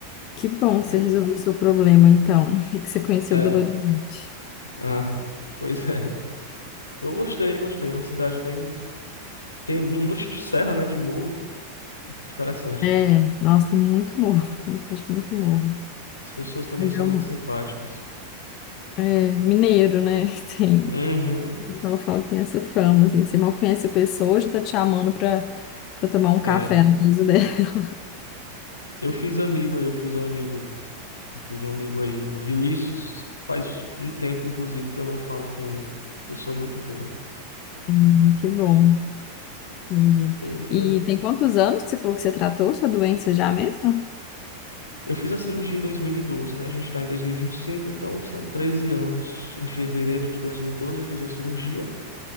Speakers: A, on the left; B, on the left.
A: Que bom que
B: É,
A: você resolveu o seu problema, então, <laughs> e que você conheceu
B: é.
A: Belo Horizonte.
B: Ah, <laughs> pois é. Eu gostei, gostei. É uma cidade bem. Tem um monte de serra, né? De morro. Interessante.
A: É, nossa, tem muito morro, <laughs> mas acho que muito morro.
B: As pessoas também
A: Mas
B: são
A: é um
B: muito simpáticas.
A: é, mineiro, né? <laughs> Tem
B: Uhum.
A: O pessoal fala que tem essa fama, assim. Você mal conhece a pessoa, já tá te chamando pra, pra tomar um café
B: É.
A: na casa dela. <laughs>
B: Eu fiz amigo aí, eu fiz um amigo. Eu fiz um amigo aí, o Vinícius. Faz um tempo, inclusive, que eu não falo com ele. Pessoa muito boa.
A: Hum, que bom, entendi.
B: Pois
A: E
B: é.
A: tem quantos anos que você falou que você tratou sua doença já mesmo?
B: Eu fiz a cirurgia em 2012, né? A gente está em 2025, então são 13 anos. Em fevereiro de 2012 eu fiz a cirurgia,